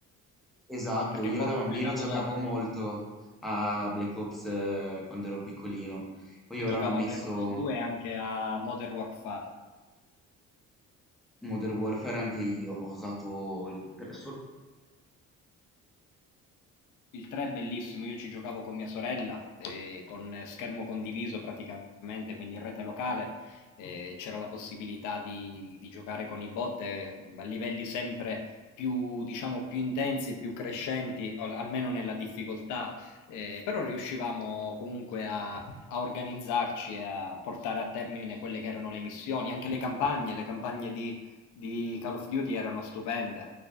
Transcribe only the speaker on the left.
perché
Warzone
è nato
dopo.
Io
giocavo
a Black Ops 2 e anche a Modern Warfare.
Il 3 è bellissimo, io ci giocavo con mia sorella, ehm, con schermo condiviso praticamente, quindi in rete locale, ehm, c'era la possibilità di di giocare con i bot, ehm, a livelli sempre più diciamo, più intensi e più crescenti, al almeno nella difficoltà, ehm, però riuscivamo comunque a a organizzarci e a portare a termine quelle che erano le missioni, anche le campagne, le campagne di di Call of Duty erano stupende,